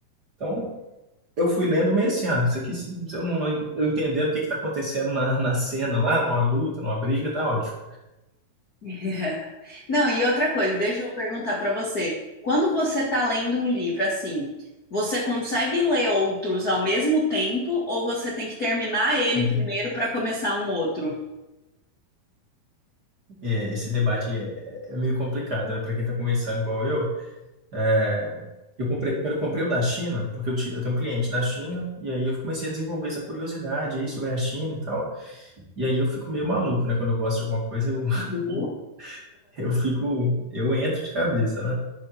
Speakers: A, on the right; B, on the left.
A: Então eu fui lendo meio assim, ah, isso aqui, se eu não eu entendendo o que que tá acontecendo na, na cena lá, numa luta, numa briga, tá ótimo.
B: <laughs> Não, e outra coisa, deixa eu perguntar pra você. Quando você tá lendo um livro assim, você consegue ler outros ao mesmo tempo ou você tem que terminar ele
A: Uhum.
B: primeiro pra começar um outro?
A: É, esse debate é, é meio complicado, né, pra quem tá começando igual eu. É, eu comprei, quando eu comprei o da China, porque eu, ti- eu tenho um cliente da China, e aí eu comecei a desenvolver essa curiosidade aí sobre a China e tal. E aí eu fico meio maluco, né? Quando eu gosto de alguma coisa, eu,
B: Uhum.
A: <laughs> eu fico, eu entro de cabeça, né?